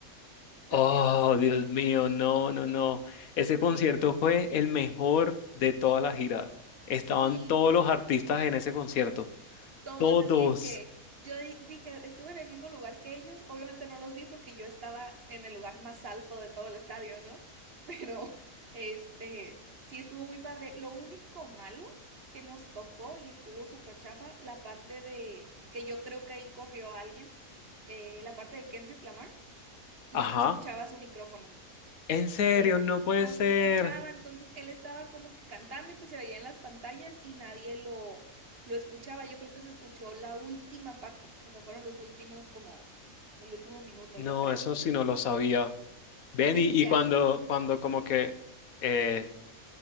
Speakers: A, on the right; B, on the left.
A: también.
B: Oh, Dios mío, no, no, no. Ese
A: Sí.
B: concierto fue el mejor de toda la gira. Estaban
A: Sí,
B: todos los artistas en ese concierto.
A: todos,
B: Todos.
A: así de que yo di- dije, estuve en el mismo lugar que ellos, obviamente no los vi porque yo estaba en el lugar más alto de todo el estadio, ¿no? Pero, <laughs> este, sí estuvo muy padre. Lo único malo que nos tocó y estuvo súper chafa, la parte de, que yo creo que ahí corrió alguien, eh, la parte de Kendrick Lamar, no
B: Ajá.
A: se escuchaba su micrófono
B: En serio,
A: es,
B: no
A: no
B: puede ser.
A: se escuchaba, entonces él estaba como que cantando y pues se veía en las pantallas y nadie lo, lo escuchaba. Yo creo que se escuchó la última parte, o sea, fueron los últimos como el último minuto,
B: No,
A: yo creo.
B: eso sí no lo sabía. Ven,
A: Sí,
B: y,
A: y ya.
B: y cuando, cuando como que eh,